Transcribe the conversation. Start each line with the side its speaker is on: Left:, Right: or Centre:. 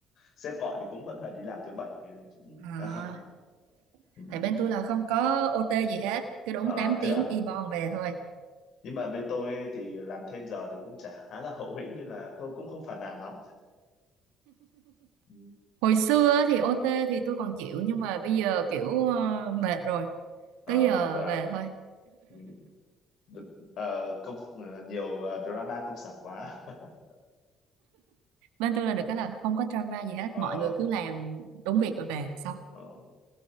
Left: sếp gọi thì cũng vẫn phải đi làm thứ bảy. Cũng-
Right: à,
Left: <laughs> Ừ.
Right: tại bên tôi là không có OT gì hết, cứ đúng
Left: Ờ,
Right: 8
Left: thế
Right: tiếng
Left: à?
Right: y bon về thôi.
Left: nhưng mà bên tôi thì làm thêm giờ thì cũng chả khá là hậu hĩnh nên là thôi cũng không phản nàn lắm ừ.
Right: Hồi xưa thì OT thì tôi còn chịu nhưng mà bây giờ kiểu ờ, mệt rồi
Left: Ờ,
Right: tới giờ
Left: mệt rồi à?
Right: về thôi
Left: ừ. Đ- ờ, công ờ, nhiều ờ, drama công sở quá <laughs>
Right: bên tôi là được
Left: Ừ.
Right: cái là không có drama gì hết
Left: ờ,
Right: mọi người cứ làm đúng việc rồi về xong
Left: ờ.